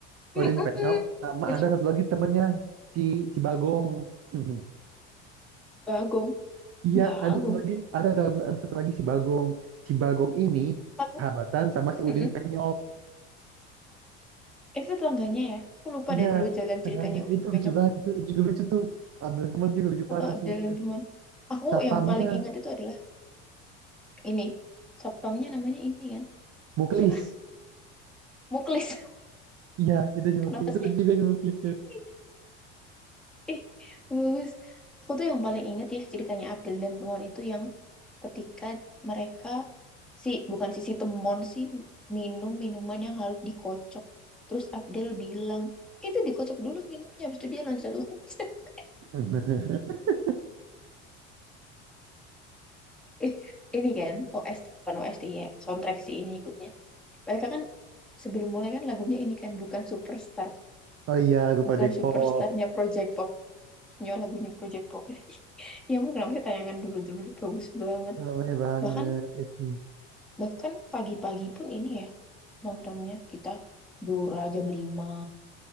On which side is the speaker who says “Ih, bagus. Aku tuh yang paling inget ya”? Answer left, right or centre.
Centre